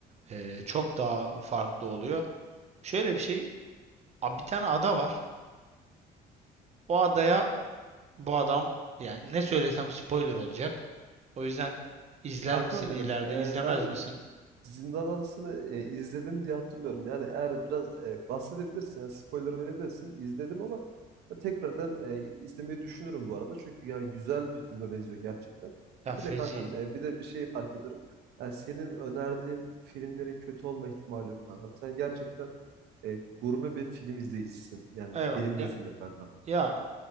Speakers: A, on the right; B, on the right.
A: e, çok daha farklı oluyor. Şöyle bir şey, a- bir tane ada var. O adaya bu adam yani ne söylesem spoiler olacak. O yüzden izler
B: Kankam
A: misin
B: benim
A: ileride,
B: e,
A: izlemez
B: ben
A: misin?
B: Zindan Adası'nı e, izledim diye hatırlıyorum. Yani eğer biraz e, bahsedebilirsin, yani spoiler verebilirsin. İzledim ama ben tekrardan e, izlemeyi düşünürüm bu arada. Çünkü yani güzel bir filme benziyor gerçekten.
A: Ya
B: Bir
A: feci.
B: de kankam, e, bir de bir şey fark ediyorum. Yani senin önerdiğin filmlerin kötü olma ihtimali yok kankam. Sen gerçekten e, gurme bir film izleyicisin. Yani
A: Eyvallah.
B: benim gözümde
A: Ya,
B: kankam.
A: ya